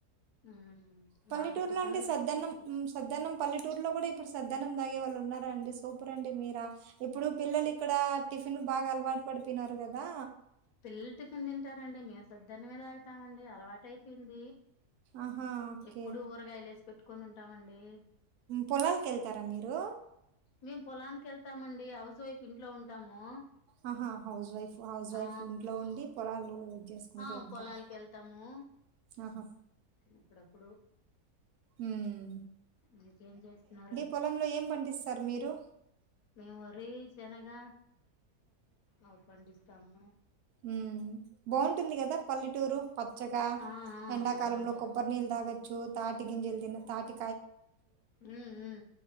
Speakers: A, on the left; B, on the right.
A: ఉమ్
B: పల్లెటూర్లో
A: మాకు టిఫిన్లు
B: అంటే సద్ద్దనం సద్దన్నము పల్లెటూర్లో కూడా ఇప్పుడు సద్దనం తాగే వాళ్ళు ఉన్నారు అండి సూపర్ అండి మీరా ఇప్పుడు పిల్లలు ఇక్కడ టిఫిన్ బాగా అలవాటు పడిపోయినారు కదా
A: పిల్లలు టిఫిన్ తింటారండి మేము సద్దన్నమే తాగుతామండి అలవాట అయిపోయింది
B: ఆహా ఓకే
A: ఎప్పుడు ఊరగాయలు వేసి పెట్టుకొని ఉంటామండి
B: పొలాలకి వెళ్తారా మీరు
A: మేము పొలానికి వెళ్తామండి హౌస్ వైఫ్ ఇంట్లో ఉంటాము
B: ఆహా హౌస్ వైఫ్ హౌస్ వైఫ్
A: ఆ
B: ఇంట్లో ఉండి పొలాలు చేసుకుంటూ
A: ఆ
B: ఉంటారు
A: పొలాలకు వెళ్తాము
B: ఆహా
A: అప్పుడప్పుడు
B: ఉమ్
A: మీకేం చేస్తున్నారని
B: పొలంలో ఏం పండిస్తారు మీరు
A: మేము వరీ శనగా అవి పండిస్తాము
B: ఊమ్ బాగుంటుంది కదా పల్లెటూరు పచ్చగా
A: ఆ ఆ
B: ఎండాకాలంలో
A: బాగుంటది
B: కొబ్బరినీళ్లు తాగచ్చు తాటి గింజలు తినీ తాటి
A: ఊ ఉ